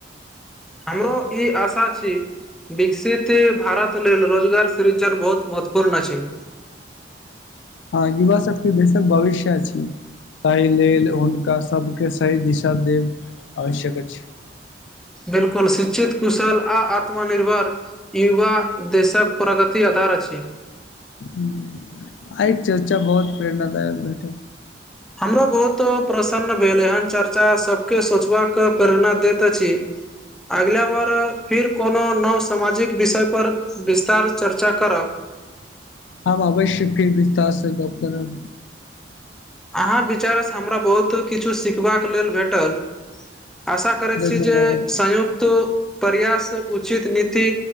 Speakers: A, in the centre; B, on the left.
A: हमरो ई आशा छी। विकसित भारत लेल रोजगार सृजन बहुत महत्वपूर्ण अछि।
B: हँ युवा शक्ति देशक भविष्य अछि। ताहि लेल हुनका सभके सही दिशा देब आवश्यक अछि।
A: बिल्कुल शिक्षित कुशल आ आत्मनिर्भर युवा देशक प्रगति आधार अछि।
B: हूंम्म आइके चर्चा बहुत प्रेरणाादायक भेटल।
A: हमरो बहुत प्रसन्न भेल एहन चर्चा सबके सोचबाक प्रेरणा दैत अछि। अगिला बार फिर कोनो नव सामाजिक विषय पर विस्तार चर्चा करब।
B: हम अवश्य फिर विस्तार सँ गप्प करब।
A: अहाँ विचारसँ हमरा बहुत किछु सिखबाक लेल भेटल। आशा करैत
B: धन्यवाद
A: छी जे संयुक्त प्रयास उचित नीति